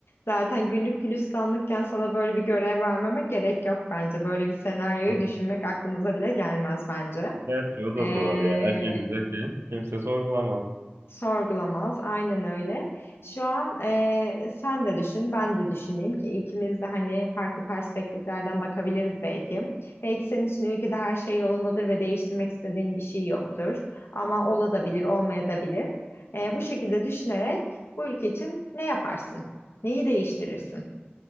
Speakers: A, on the left; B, on the right.
A: zaten güllük gülistanlıkken sana böyle bir görev vermeme gerek yok bence. Böyle bir senaryoyu
B: <laughs>
A: düşünmek aklımıza bile gelmez bence.
B: Gerçi o da
A: Ee,
B: doğru ya. Her şey güzelken kimse sorgulamaz.
A: Sorgulamaz. Aynen öyle. Şu an eee, sen de düşün, ben de düşüneyim ki ikimiz de hani farklı perspektiflerden bakabiliriz belki. Belki senin için ülkede her şey yolundadır ve değiştirmek istediğin bir şey yoktur. Ama olabilir, olmayabilir. Eee bu şekilde düşünerek bu ülke için ne yaparsın? Neyi değiştirirsin?